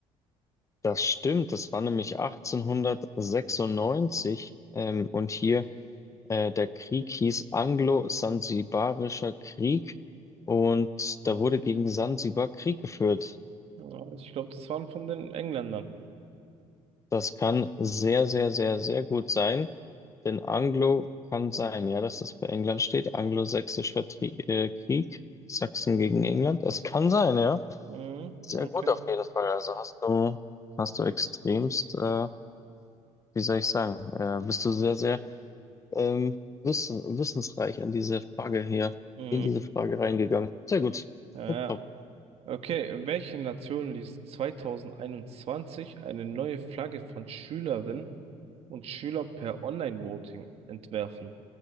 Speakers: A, on the left; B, on the right.
A: Das stimmt, das war nämlich 1896 ähm, und hier äh, der Krieg hieß Anglo-Sansibarischer Krieg und da wurde gegen Sansibar Krieg geführt.
B: Ja, ich glaube, das waren von den Engländern.
A: Das kann sehr, sehr, sehr, sehr gut sein, denn Anglo kann sein, ja, dass das für England steht. Anglo-Sächsischer Tri äh, Krieg, Sachsen gegen England. Das kann sein, ja.
B: Mhm,
A: Sehr
B: okay.
A: gut auf jeden Fall. Also hast du, hast du extremst, äh, wie soll ich sagen, äh, bist du sehr, sehr ähm, wissen, wissensreich an diese Frage hier,
B: Mhm.
A: in diese Frage reingegangen. Sehr gut.
B: Ja, ja.
A: Tip Top.
B: Okay, welche Nation ließ 2021 eine neue Flagge von Schülerinnen und Schülern per Online-Voting entwerfen?